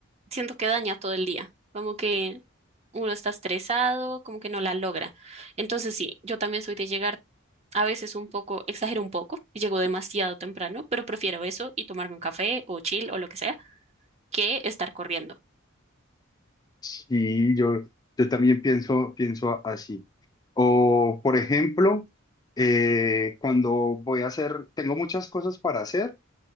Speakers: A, on the right; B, on the left.
A: siento que daña todo el día. Como que uno está estresado, como que no la logra. Entonces sí, yo también soy de llegar a veces un poco, exagero un poco, y llego demasiado temprano, pero prefiero eso y tomarme un café o chill o lo que sea, que estar corriendo.
B: Sí, yo, yo también pienso, pienso así. O, por ejemplo, eh, cuando voy a hacer, tengo muchas cosas para hacer,